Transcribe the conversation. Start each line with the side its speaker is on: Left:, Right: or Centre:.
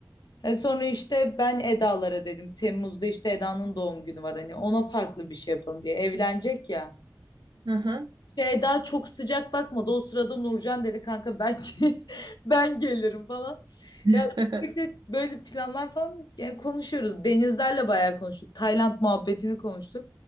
Left: E sonra işte ben Eda'lara dedim. Temmuz'da işte Eda'nın doğum günü var hani ona farklı bir şey yapalım diye. Evlenecek ya.
Right: Hı hı.
Left: İşte Eda çok sıcak bakmadı. O sırada Nurcan dedi kanka ben ge- <laughs> ben gelirim falan.
Right: <laughs>
Left: Ya sürekli böyle planlar falan yani konuşuyoruz. Denizlerle bayağı konuştuk. Tayland muhabbetini konuştuk.